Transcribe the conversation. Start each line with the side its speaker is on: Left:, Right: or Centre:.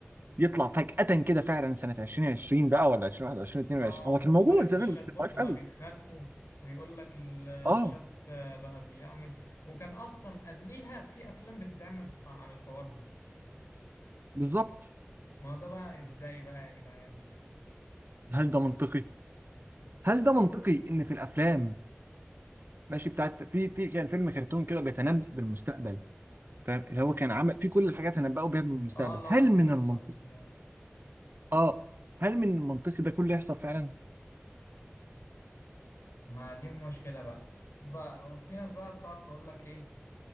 Right: يطلع فجأة كده فعلا سنة 2020 بقى ولا 2021 22
Left: اه
Right: هو كان
Left: وحوار
Right: موجود
Left: ان
Right: زمان
Left: الشات
Right: بس
Left: بوت
Right: كان ضعيف
Left: بقى
Right: قوي
Left: بيتخانقوا ويقول لك ال- الشات
Right: اه
Left: بقى بيعمل وكان اصلا قبليها في افلام بتتعمل عن الحوار ده
Right: بالظبط
Left: ما هو ده بقى ازاي بقى يا جدعان
Right: هل ده منطقي هل ده منطقي ان في الافلام ماشي بتاعت في في كان فيلم كرتون كده بيتنبأ بالمستقبل فاهم اللي هو كان عمل في كل الحاجات تنبأوا بيها بالمستقبل
Left: اه اللي
Right: هل
Left: هو سيمبسونز
Right: من المنطقي
Left: ده
Right: اه هل من المنطقي ده كله يحصل فعلا؟
Left: ما دي مشكلة بقى بقى في ناس بقى بتقعد تقول لك ايه